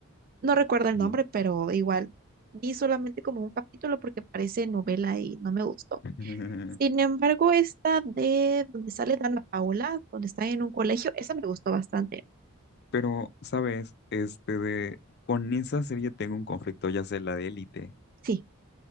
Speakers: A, on the right (about 40°); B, on the left (about 50°).
A: No recuerdo el
B: No.
A: nombre, pero igual vi solamente como un capítulo porque parece novela y no me gustó.
B: <laughs>
A: Sin embargo, esta de donde sale Dana Paola, donde está en un colegio, esa me gustó bastante.
B: Pero, ¿sabes? Este de con esa serie tengo un conflicto, ya sea la de Élite.
A: Sí.